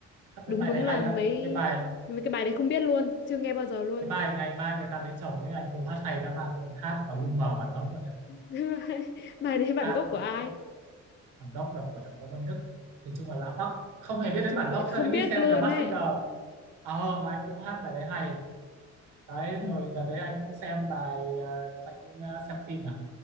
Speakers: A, on the right; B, on the left.
A: hát
B: đúng
A: mấy bài
B: đúng
A: đấy
B: là
A: hay
B: mấy
A: lắm cái bài
B: mấy cái bài đấy không biết luôn chưa nghe bao giờ luôn
A: cái bài ngày mai người ta lấy chồng ấy anh Tú hát hay lắm mà luôn hát mà lu mờ bản gốc luôn em ạ.
B: <laughs> bài đấy bản
A: hát
B: gốc
A: mà
B: của
A: lu
B: ai
A: mờ bản gốc là của thằng Đông Văn Đức thì chung là lạ hoắc không hề biết
B: Nói
A: đến
B: chung
A: bản
B: là
A: gốc
B: không
A: sau đến
B: biết
A: khi xem
B: luôn
A: The Masked
B: ấy
A: Singer ờ mà anh cũng hát bài đấy hay đấy
B: ừ.
A: rồi đợt đấy anh cũng xem bài ờ, anh cũng ờ, xem phim à